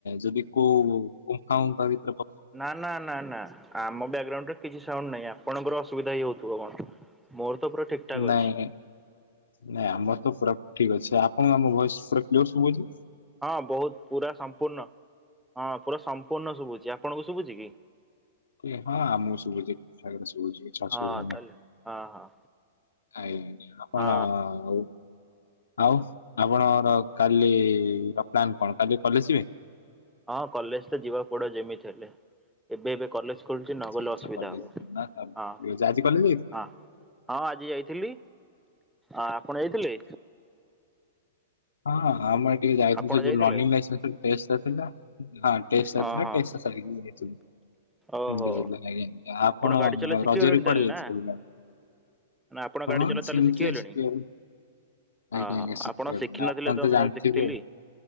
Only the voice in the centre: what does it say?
ନା ନା ନା ନା ଆମ ବ୍ୟାକଗ୍ରାଉଣ୍ଡରେ କିଛି ସାଉଣ୍ଡ ନାହିଁ। ଆ ପଣଙ୍କର ଅସୁବିଧା ହିଁ ହୋଉଥିବ କି କଣ ମୋର ତ ପୁରା ଠିକ ଠାକ୍
ଅଛି
ହଁ ବୋହୁତ ପୁରା ସମ୍ପୂର୍ଣ୍ଣ। ହଁ ପୁରା ସମ୍ପୂର୍ଣ୍ଣ ଶୁଭୁଚି ଆପଣଙ୍କୁ ଶୁଭୁଚି କି?
ହଁ
ତାହେଲେ ହଁ ହଁ
ହଁ
ହଁ କଲେଜ ତ ଯିବାକୁ ପଡିବ ଯେମିତି ହେଲେ ଏବେ ଏବେ କଲେଜ ଖୋଲିଚି ନଗଲେ
ଅସୁବିଧା
ହବ
ହଁ
ହଁ। ହଁ ଆଜି ଯାଇଥିଲି। ଆଁ ଆପଣ ଯାଇଥିଲେ?
ଆପଣ
ଯାଇଥିଲେ
ହଁ
ହଁ।
ଓହୋ
ଗାଡି ଚଲା ଶିଖିଗଲେଣି
ତାହେଲେ
ନା?
ନା ଆପଣ ଗାଡି
ଚଲା ତାହେଲେ
ଶିଖିଗଲେଣି
ହଁ
ହଁ
ଆପଣ ଶିଖିନଥିଲେ
ମୁଁ
ଦେଖିଥିଲି।